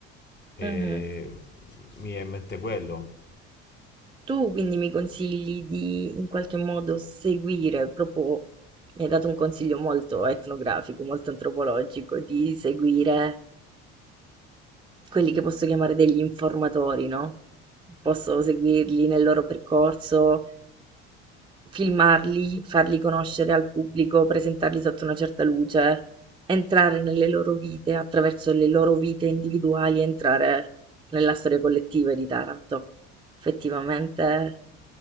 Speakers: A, on the left (about 35°); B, on the right (about 15°).
A: E
B: Mhm.
A: mi è in mente quello.
B: Tu quindi mi consigli di in qualche modo seguire proprio... Mi hai dato un consiglio molto etnografico, molto antropologico, di seguire Quelli che posso chiamare degli informatori, no, posso seguirli nel loro percorso, filmarli, farli conoscere al pubblico, presentarli sotto una certa luce, entrare nelle loro vite, attraverso le loro vite individuali, entrare nella storia collettiva di Taranto. Effettivamente.